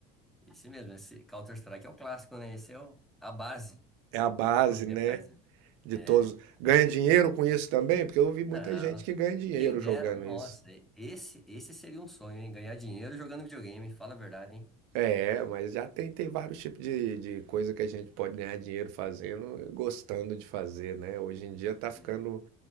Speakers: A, in the centre; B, on the right.
A: Esse mesmo, esse Counter-Strike é o clássico, né? Esse é o, a base
B: É a base,
A: para os demais,
B: né?
A: né?
B: De
A: É.
B: todos. Ganha dinheiro com isso também? Porque eu vi muita
A: Não.
B: gente que ganha dinheiro
A: Quem dera,
B: jogando
A: nossa,
B: isso.
A: esse, esse seria um sonho, hein? Ganhar dinheiro jogando videogame, fala a verdade, hein?
B: É, mas já tem, tem vários tipos de, de coisa que a gente pode ganhar dinheiro fazendo, gostando de fazer, né? Hoje em dia tá ficando,
A: É,